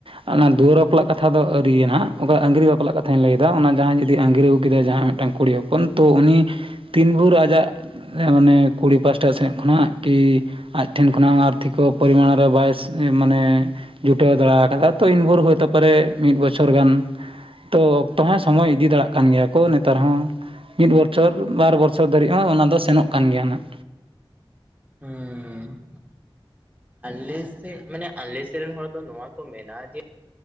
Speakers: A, on the right; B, on the right.
A: ᱚᱱᱟ ᱫᱩᱣᱟᱹᱨ ᱵᱟᱯᱞᱟᱜ ᱠᱟᱛᱷᱟ ᱫᱚ ᱟᱹᱨᱤᱭᱟᱜᱟ ᱚᱠᱟ ᱟᱝᱜᱤᱨ ᱵᱟᱯᱞᱟᱜ ᱠᱟᱛᱷᱟᱧ ᱞᱟᱹᱭ ᱮᱫᱟ ᱚᱱᱟ ᱡᱟᱦᱟᱸᱭ ᱡᱩᱫᱤ ᱟᱝᱜᱤᱨ ᱟᱹᱜᱩ ᱠᱮᱫᱟ ᱡᱟᱦᱟᱸᱭ ᱢᱤᱫᱴᱟᱝ ᱠᱩᱲᱤ ᱦᱚᱯᱚᱱ ᱛᱚ ᱩᱱᱤ ᱛᱤᱱ ᱵᱷᱳᱨ ᱟᱡᱟᱜ ᱚᱱᱮ ᱠᱩᱲᱤ ᱯᱟᱥᱴᱟ ᱥᱮᱫ ᱠᱷᱚᱱᱟᱜ ᱠᱤ ᱟᱡ ᱴᱷᱮᱱ ᱠᱷᱚᱱᱟᱜ ᱟᱨᱛᱷᱤᱠᱚ ᱯᱚᱨᱤᱢᱟᱱ ᱨᱮ ᱵᱟᱭ ᱢᱟᱱᱮ ᱡᱩᱴᱟᱹᱣ ᱫᱟᱲᱮ ᱠᱟᱫᱟ ᱛᱚ ᱤᱱ ᱵᱷᱳᱨ ᱦᱚᱭᱛᱚ ᱯᱚᱨᱮ ᱢᱤᱫ ᱵᱚᱪᱷᱚᱨ ᱜᱟᱱ ᱛᱚ ᱚᱠᱛᱚ ᱦᱚᱸᱭ ᱥᱚᱢᱚᱭ ᱤᱫᱤ ᱫᱟᱲᱮᱭᱟᱜ ᱠᱟᱱ ᱜᱮᱭᱟ ᱠᱚ ᱱᱮᱛᱟᱨ ᱦᱚᱸ ᱢᱤᱫ ᱵᱚᱪᱷᱚᱨ ᱵᱟᱨ ᱵᱚᱪᱷᱚᱨ ᱫᱷᱟᱹᱨᱤᱡ ᱦᱚ ᱚᱱᱟ ᱫᱚ ᱥᱮᱱᱚᱜ ᱠᱟᱱ ᱜᱮᱭᱟ ᱱᱟᱦᱟᱜ
B: ᱦᱮᱸ ᱟᱞᱮ ᱥᱮᱫ ᱢᱟᱱᱮ ᱟᱞᱮᱥᱮᱫ ᱨᱮᱱ ᱦᱚᱲ ᱫᱚ ᱱᱚᱣᱟ ᱠᱚ ᱢᱮᱱᱟ ᱡᱮ